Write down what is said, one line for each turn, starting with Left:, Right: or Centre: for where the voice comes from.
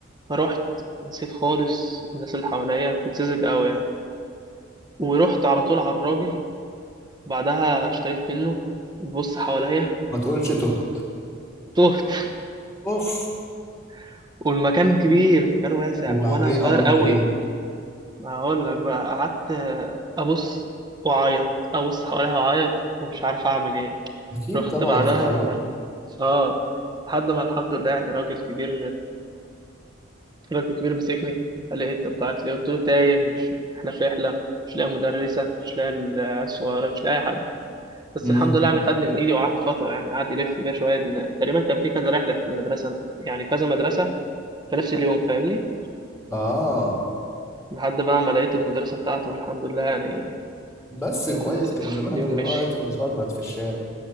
Right: فروحت نسيت خالص الناس اللي حواليا كنت ساذج قوي يعني ورحت على طول على الراجل بعدها اشتريت منه ببص حواليا
Centre: ما تقولش تهت
Right: تهت
Centre: اوف
Right: <laughs> والمكان كبير مكان واسع
Centre: وبعدين
Right: وانا صغير
Centre: عملت
Right: قوي
Centre: ايه
Right: هقول لك بقى قعدت ابص واعيط ابص حواليا واعيط ومش عارف اعمل ايه
Centre: اكيد
Right: رحت
Centre: طبعا
Right: يا لهوي
Centre: صغير
Right: بعدها اه لحد ما الحمد لله يعني راجل كبير الراجل الكبير مسكني قال لي إيه أنت بتعيط ليه قلت له تايه مش إحنا في رحلة مش لاقي مدرسة مش لاقي العيال الصغيرة مش لاقي حد بس
Centre: امم
Right: الحمد لله يعني خدني من إيدي وقعدت فترة يعني قعد يلف بيا شوية إن تقريبا كان في كذا رحلة في المدرسة يعني كذا مدرسة في نفس اليوم فاهمني
Centre: اه
Right: لحد بقى ما لقيت المدرسة بتاعته والحمد لله يعني
Centre: بس
Right: آه،
Centre: كويس كان
Right: <laughs>
Centre: زمانك
Right: اليوم
Centre: دلوقتي
Right: مشي
Centre: مشرد في الشارع